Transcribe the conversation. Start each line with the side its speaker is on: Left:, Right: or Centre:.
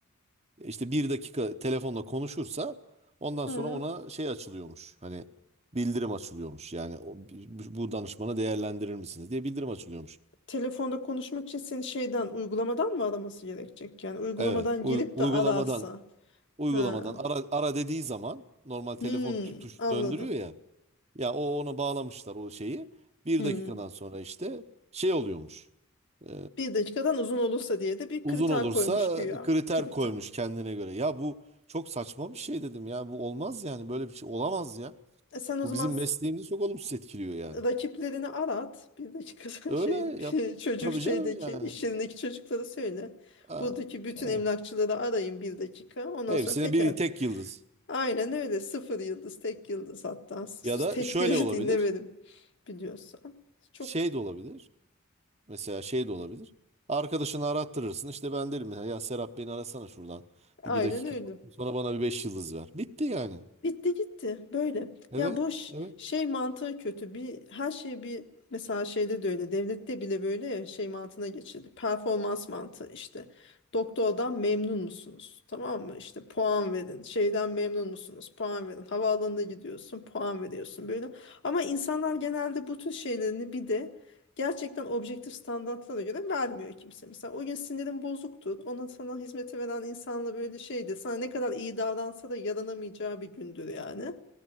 Right: E İşte bir dakika telefonla konuşursa ondan
Left: Hı.
Right: sonra ona şey açılıyormuş. Hani bildirim açılıyormuş. Yani o- bu danışmanı değerlendirir misiniz diye bildirim açılıyormuş.
Left: Telefonda konuşmak için seni şeyden, uygulamadan mı araması gerekecek? Yani uygulamadan
Right: Evet, uy-
Left: girip
Right: uygulamadan
Left: de ararsa.
Right: Uygulamadan
Left: Ha.
Right: ara, ara dediği zaman normal telefon
Left: Hmm,
Right: tu- tuş
Left: anladım.
Right: döndürüyor ya. Ya o ona bağlamışlar o şeyi. Bir
Left: Hmm.
Right: dakikadan sonra işte şey oluyormuş. Ee,
Left: Bir dakikadan uzun olursa diye de bir
Right: uzun
Left: kriter
Right: olursa
Left: koymuş güya.
Right: kriter
Left: Kriter.
Right: koymuş kendine göre. Ya bu çok saçma bir şey dedim ya. Bu olmaz yani böyle bir şey olamaz ya.
Left: E sen o
Right: Bu
Left: zaman
Right: bizim
Left: s-
Right: mesleğimizi çok olumsuz etkiliyor yani.
Left: rakiplerini arat. Bir dakikadan
Right: Öyle
Left: <laughs> şey,
Right: yap.
Left: <laughs> çocuk
Right: Tabii
Left: şeydeki,
Right: canım yani.
Left: iş yerindeki çocuklara söyle.
Right: Aa,
Left: Buradaki bütün
Right: aa.
Left: emlakçıları arayın bir dakika. Ondan
Right: Hepsine
Left: sonra teker
Right: bir tek yıldız.
Left: Aynen öyle. Sıfır yıldız, tek yıldız hatta. S-
Right: Ya da
Left: Tek
Right: şöyle
Left: bile
Right: olabilir.
Left: <laughs> dinlemedim biliyorsan. Çok
Right: Şey de olabilir. Mesela şey de olabilir. Arkadaşını arattırırsın. İşte ben derim mesela ya Serap beni arasana şuradan.
Left: aynen
Right: Bir, bir dakika.
Left: öyle.
Right: Sonra bana bir beş yıldız ver. Bitti yani.
Left: Bitti gitti böyle.
Right: Evet.
Left: Ya boş
Right: Evet.
Left: şey mantığı kötü. Bir her şey bir mesela şeyde de öyle. Devlette bile böyle ya şey mantığına geçildi. Performans mantığı işte. Doktordan memnun musunuz? Tamam mı? İşte puan verin. Şeyden memnun musunuz? Puan verin. Havaalanına gidiyorsun, puan veriyorsun böyle. Ama insanlar genelde bu tür şeylerini bir de gerçekten objektif standartlara göre vermiyor kimse. Mesela o gün sinirin bozuktur. Ona sana hizmeti veren insanla böyle şeydi. Sana ne kadar iyi davransa da yaranamayacağı bir gündür yani.